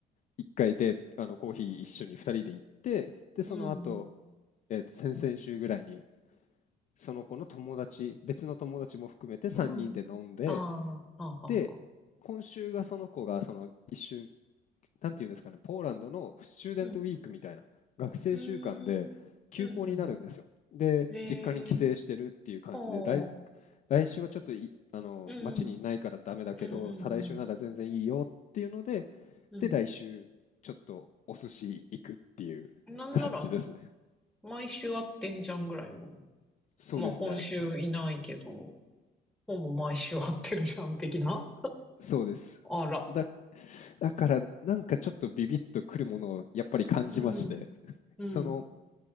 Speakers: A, on the left; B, in the centre.
A: 1回であのコーヒー一緒に2人で行ってでその後、
B: うん。
A: えーと先々週ぐらいにその子の友達別の友達も含めて3人で飲んで
B: うん。ああ、はあ、はあ、
A: で、
B: はあ。
A: 今週がその子がその一瞬、なんていうんですかね、ポーランドのスチューデントウィークみたいな学生週間で休校になるんですよ。
B: うん。うーん。うんう
A: で、
B: ん。ええ
A: 実家に帰省してるっていう感じで、
B: あ
A: 来、
B: あ。
A: 来週はちょっといあの町にいないからダメだけど、
B: うんうん。うんうんうん。
A: 再来週なら全然いいよっていうので、
B: うん。
A: で、来週ちょっとお寿司行くっていう感じですね。
B: なんなら、毎週会ってんじゃんぐらいの。
A: そうですね。
B: まあ、今週いないけど、ほぼ毎週会ってるじゃん、的な。
A: そうです。
B: あら。
A: だだからなんかちょっとビビッとくるものをやっぱり感じまして
B: うん。
A: <laughs>
B: うん。
A: その